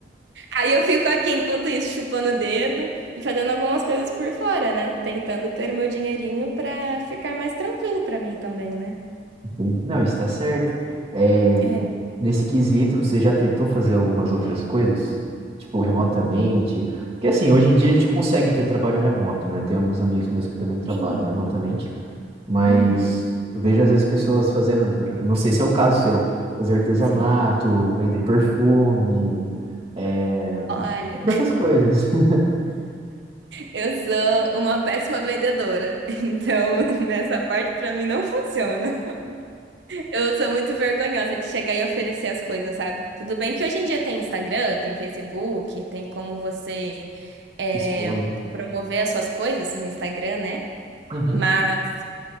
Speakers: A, on the right (about 80°); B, on the right (about 35°).
A: Aí eu fico aqui, enquanto isso, chupando o dedo e fazendo algumas coisas por fora, né? Tentando ter meu dinheirinho para ficar mais tranquilo para mim também, né?
B: entendi. Não, está certo. É,
A: É.
B: nesse quesito, você já tentou fazer algumas outras coisas? Tipo, remotamente? Porque, assim, hoje em dia a gente consegue ter trabalho remoto, né? Tem alguns amigos meus que também trabalham
A: Sim.
B: remotamente, mas
A: Uhum.
B: eu vejo às vezes pessoas fazendo, eu não sei se é o caso seu, fazer artesanato,
A: Sim.
B: vender perfume, é,
A: Olha.
B: entre outras coisas. <laughs>
A: Eu sou uma péssima vendedora, <laughs> então nessa parte pra mim não funciona. Eu sou muito vergonhosa de chegar e oferecer as coisas, sabe? Tudo bem que hoje em dia tem Instagram, tem Facebook, tem como você é,
B: Expor, né?
A: promover as suas coisas no Instagram, né?
B: Uhum.
A: Mas